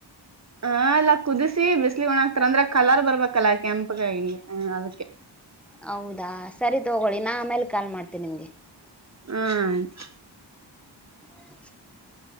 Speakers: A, on the right; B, in the centre.
A: ಹ ಅಲ್ಲ ಕುದಿಸಿ ಬಿಸ್ಲಿಗ ಒಣಾಕ್ತಾರ ಅಂದ್ರ ಕಲರ್ ಬರಬೇಕಲ್ಲ ಕೆಂಪಗಾಗಿ ಹ ಅದಕ್ಕೆ
B: ಹೌದಾ ಸರಿ ತಗೊಳ್ಳಿ ನಾ ಆಮೇಲೆ ಕಾಲ್ ಮಾಡ್ತೇನೆ ನಿಮಗೆ
A: ಹಾ ಆಯ್ತು
B: <inaudible>